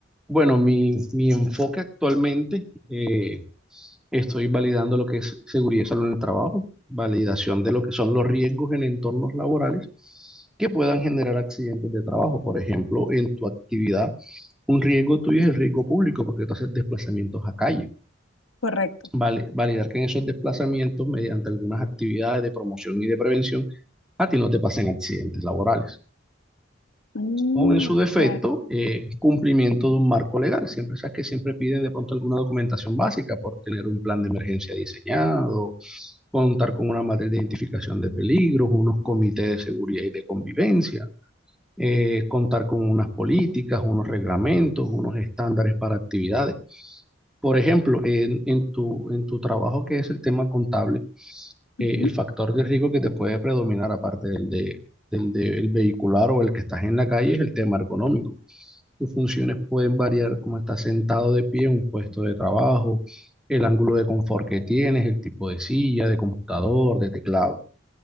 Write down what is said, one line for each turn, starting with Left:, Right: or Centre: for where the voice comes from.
Centre: bueno, mi, mi enfoque actualmente, eh, estoy validando lo que es seguridad y salud en el trabajo, validación de lo que son los riesgos en entornos laborales que puedan generar accidentes de trabajo. Por ejemplo, en tu actividad, un riesgo tuyo es el riesgo público porque tú haces desplazamientos a calle.
Left: Correcto.
Centre: Vale, validar que en esos desplazamientos, mediante algunas actividades de promoción y de prevención, a ti no te pasen accidentes laborales.
Left: Mm,
Centre: o en su defecto,
Left: ok.
Centre: eh, cumplimiento de un marco legal. Siempre sabes que siempre piden de pronto alguna documentación básica por tener un plan de emergencia diseñado, contar con una matriz de identificación de peligros, unos comités de seguridad y de convivencia, eh, contar con unas políticas, unos reglamentos, unos estándares para actividades. Por ejemplo, en, en tu, en tu trabajo que es el tema contable, eh,
Left: Ujú.
Centre: el factor de riesgo que te puede predominar, aparte del de, del de- el vehicular o el que estás en la calle, es el tema ergonómico. Tus funciones pueden variar como estás sentado de pie en un puesto de trabajo, el ángulo de confort que tienes, el tipo de silla, de computador, de teclado.